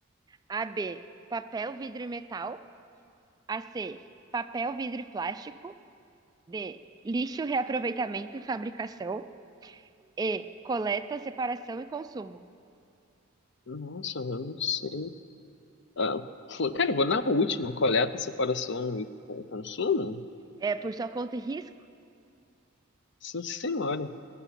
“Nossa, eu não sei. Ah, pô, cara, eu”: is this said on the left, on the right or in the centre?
Left